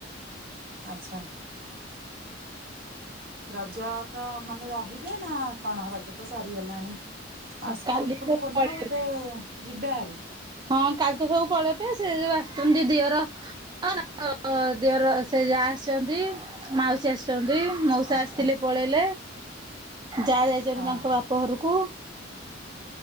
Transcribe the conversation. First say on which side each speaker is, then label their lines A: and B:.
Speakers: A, on the right (about 55°); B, on the right (about 20°).
A: ଆଚ୍ଛା। ରଜ ତ ମାନେ ରହିବେ ନା କଣ ରଜ ତ ସରିଗଲାଣି? ଆଉ ସ୍କୁଲ୍
B: କାଲି
A: ଫୁଲ୍
B: ତ
A: ଖୋଲିବ
B: ପଳେଇବେ।
A: ବୋଧେ ଯିବେ ହେରି?
B: ହଁ କାଲି ତ ସବୁ ପଳେଇବେ ସେ ଯୋଉ ଆସୁଛନ୍ତି ଦିଅର। ହଁ-ହଁ, ଦିଅର ସେ ଯାଆ ଆସିଛନ୍ତି, ମାଉସୀ ଆସିଛନ୍ତି। ମଉସା
A: ଆଚ୍ଛା
B: ଆସିଥିଲେ ପଳେଇଲେ, ଯାଆ ଯାଇଛନ୍ତି
A: ହଁ
B: ତାଙ୍କ ବାପ ଘରକୁ।